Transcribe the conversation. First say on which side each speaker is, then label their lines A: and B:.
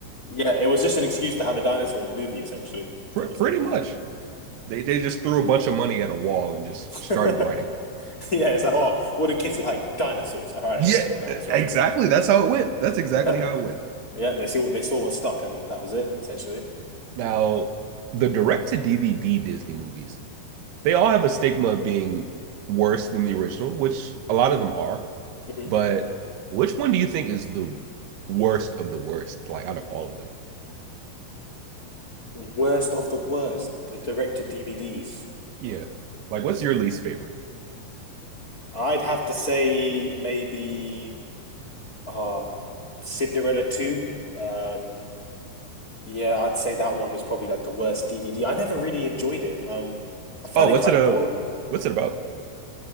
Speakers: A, on the left; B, on the right.
A: yeah. It was just an excuse to have a dinosaur in a movie. Essentially,
B: Pre-
A: that was
B: pretty
A: it.
B: much. They they just threw a bunch of money at a wall and just
A: <laughs>
B: started writing.
A: yeah, it's like, oh, what do kids like? Dinosaurs. All right,
B: Yeah,
A: let's get a dinosaur
B: exactly.
A: in there.
B: That's how it went. That's exactly
A: Yeah,
B: how it went.
A: yeah. They see what they saw what stuck, and that was it. Essentially,
B: Now, the direct to DVD Disney movies they all have a stigma of being worse than the original, which a lot of them are.
A: hmm
B: But which one do you think is the worst of the worst, like out of all of them?
A: worst of the worst. The director DVDs.
B: Yeah. Like what's your least favorite?
A: I'd have to say maybe uh Cinderella two. Um, Yeah, I'd say that one is probably like the worst DVD. I never really enjoyed it. Um, I find
B: Oh, what's
A: it quite
B: it uh
A: boring.
B: what's it about?